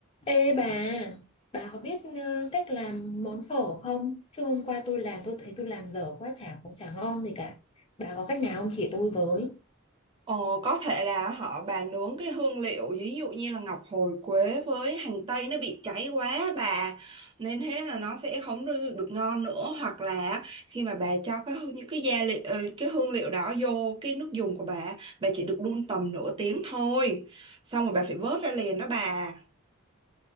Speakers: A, on the left; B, on the right.
A: Ê bà, bà có biết ờ, cách làm món phở không? Chứ hôm qua tôi làm tôi thấy tôi làm dở quá chả cũng chả ngon gì cả. Bà có cách nào không chỉ tôi với?
B: Ồ, có thể là họ bà nướng cái hương liệu ví dụ như là ngọc hồi quế với hành tây nó bị cháy quá bà nên thế là nó sẽ không được được ngon nữa hoặc là khi mà bà cho cái hương- những cái gia liệu ờ, cái hương liệu đó vô cái nước dùng của bà bà chỉ được đun tầm nửa tiếng thôi xong rồi bà phải vớt ra liền đó bà